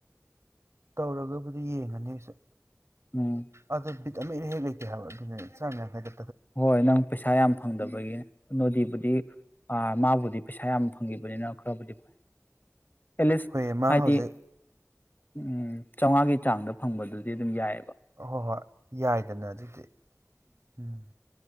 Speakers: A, on the right; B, on the left.
A: ꯇꯧꯔꯒꯕꯨꯗꯤ ꯌꯦꯡꯉꯅꯤ ꯑꯩꯁꯨ
B: ꯎꯝ
A: ꯑꯗ ꯕꯤꯠ ꯑꯃ ꯏꯔꯩ ꯍꯦ ꯂꯩꯇꯦ ꯍꯥꯏꯕ ꯑꯗꯨꯅꯦ ꯆꯥꯝꯌꯥꯡꯈꯩꯗ
B: ꯍꯣꯏ ꯅꯪ ꯄꯩꯁꯥ ꯌꯥꯝ ꯐꯪꯗꯕꯒꯤ ꯅꯣꯗꯤꯕꯨꯗꯤ ꯑ ꯃꯥꯕꯨꯗꯤ ꯄꯩꯁꯥ ꯌꯥꯝ ꯐꯪꯒꯤꯕꯅꯤꯅ ꯈꯔꯕꯨꯗꯤ ꯐꯩ ꯑꯦꯠꯂꯤꯁ
A: ꯍꯣꯏ ꯃꯥ
B: ꯍꯥꯏꯗꯤ
A: ꯍꯧꯖꯤꯛ
B: ꯎꯝ ꯆꯧꯉꯥꯒꯤ ꯆꯥꯡꯗ ꯐꯪꯕꯗꯨꯗꯤ ꯑꯗꯨꯝ ꯌꯥꯏꯌꯦꯕ
A: ꯍꯣꯏ ꯍꯣꯏ ꯌꯥꯏꯗꯅ ꯑꯗꯨꯗꯤ ꯎꯝ